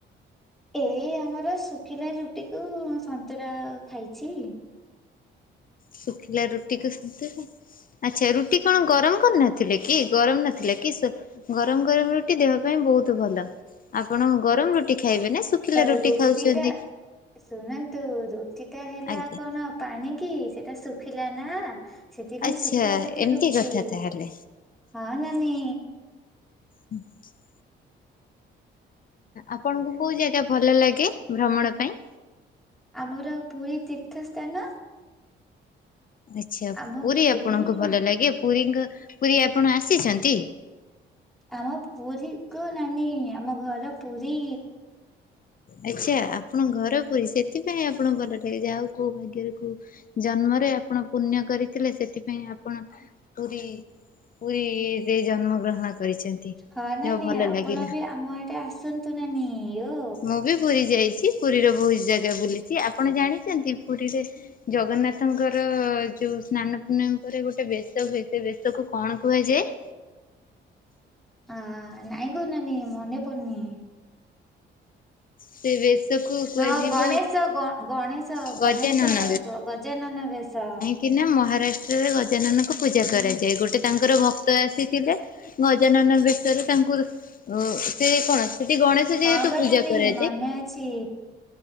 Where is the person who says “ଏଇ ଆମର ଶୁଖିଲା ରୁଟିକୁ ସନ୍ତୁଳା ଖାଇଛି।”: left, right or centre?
Centre